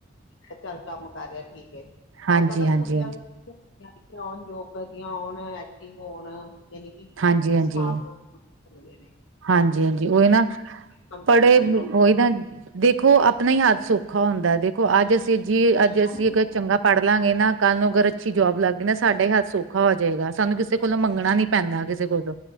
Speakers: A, on the left; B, on the right.
A: ਅ ਚੱਲ ਕੰਮ ਕਰ ਰਿਹਾ ਠੀਕ ਏ
B: ਹਾਂਜੀ
A: ਅੱਜ ਕੱਲ ਤਾਂ
B: ਹਾਂਜੀ
A: ਕੁੜੀਆਂ
B: ਹਾਂਜੀ
A: ਵੀ ਆਉਣ ਜੋਬ ਕਰਦੀਆਂ ਹੋਉਣ ਐਕਟਿਵ ਹੋਣ ਯਾਨੀ ਕਿ
B: ਹਾਂਜੀ ਹਾਂਜੀ
A: ਸਮਾਰਟ ਹੋਣ। ਅ ਨੇ
B: ਹਾਂਜੀ, ਹਾਂਜੀ ਉਹੀ ਨਾ
A: ਕੰਪੀਟੀਸ਼ਨ
B: ਪੜ੍ਹੇ
A: ਹੋ ਗਈ।
B: ਉਹੀ ਨਾ ਦੇਖੋ ਆਪਣਾ ਹੀ ਹੱਥ ਸੌਖਾ ਹੁੰਦਾ, ਦੇਖੋ ਅੱਜ ਅਸੀਂ ਜੀ ਅੱਜ
A: ਹਾਂਜੀ
B: ਅਸੀਂ ਚੰਗਾ ਪੜ੍ਹ ਲਾਂਗੇ ਨਾ ਕੱਲ ਅੱਛੀ ਜੋਬ ਲੱਗ ਗਈ ਨਾ ਸਾਡਾ ਹੀ ਹਾਲ ਸੌਖਾ ਹੋ ਜੂਗਾ ਕਿਸੇ ਕੋਲ ਮੰਗਣਾ ਨਹੀਂ ਪੈਂਦਾ ਕਿਸੇ ਕੋਲੋਂ